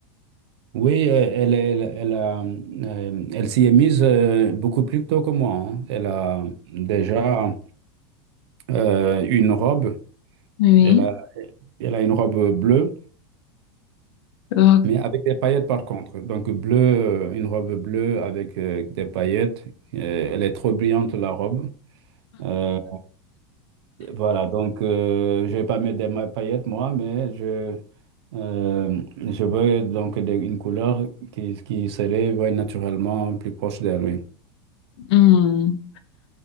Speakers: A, on the right (about 75°); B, on the left (about 75°).
A: oui, euh, elle, elle, elle a, euh, elle s'y est mise euh, beaucoup plus tôt que moi. hein. Elle a déjà euh, une robe.
B: Oui.
A: Elle a, elle a une robe bleue.
B: Ok.
A: mais avec des paillettes par contre. Donc bleu, euh, une robe bleue avec euh, des paillettes. Euh, elle est trop brillante la robe. Euh, voilà, donc euh, je vais pas mettre des ma- paillettes moi, mais je, euh, je veux donc des- une couleur qui, qui serait ouais, naturellement plus proche d'elle, oui.
B: Hmm.